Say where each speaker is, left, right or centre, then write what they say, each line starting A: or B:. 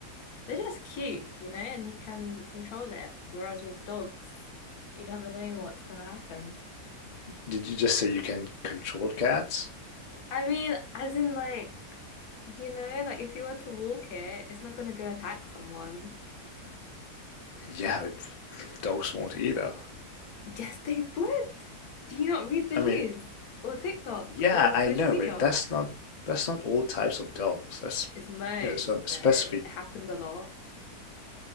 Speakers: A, on the left (about 70°); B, on the left (about 50°).
A: they're just cute, you know, and you can control it. Whereas with dogs, you never know what's gonna happen.
B: Did you just say you can control cats?
A: I mean, as in like, you know, like if you were to walk it, it's not gonna go attack someone.
B: Yeah, but dogs won't either.
A: <laughs> Yes, they would. Do you not read the
B: I
A: news
B: mean,
A: or TikTok
B: yeah,
A: or
B: I
A: social
B: know,
A: media?
B: but that's not that's not all types of dogs. That's,
A: It's most
B: you know, some specific
A: though. It happens a lot.